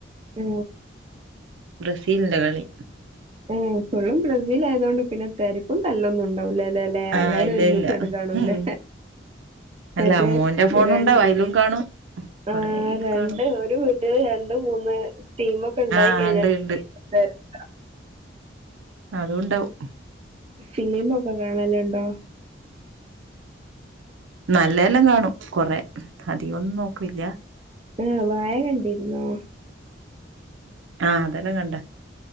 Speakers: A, on the right; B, on the right.
A: ഓ
B: ബ്രസീലിന്റെ കളി
A: ഉം ഏപ്പോഴും ബ്രസീൽ ആയതൊണ്ട് പിന്നെ തെരക്കും തല്ലൊന്നുംണ്ടോ <unintelligible> എല്ലാരും
B: ആഹ് ഇല്ല
A: ഒരുമിച്ചെടുക്കാണുല്ലേ
B: ഇല്ല ഉം അല്ല
A: മറ്റേ
B: മോന്റെ ഫോണുണ്ടാവും
A: രൺ
B: അയിലും കാണും
A: ആഹ്
B: കൊറേ ഇത്
A: രണ്ട്
B: കാണും
A: ഒരു വീട്ടില് രണ്ട് മൂന്ന് ടീമക്കെ ഇണ്ടായി
B: ആഹ്
A: കഴിഞ്ഞാ
B: ഇണ്ട്
A: <unintelligible>
B: ഇണ്ട് അതുണ്ടാവും.
A: ഫിലിമൊക്കെ കാണലിണ്ടോ?
B: നല്ലതെല്ലാം കാണും കൊറേ അധികോന്നും നോക്ക്ല്ല
A: ഇം വാഴ കണ്ടിരുന്നോ?
B: ആഹ് അതെല്ലാം കണ്ടാ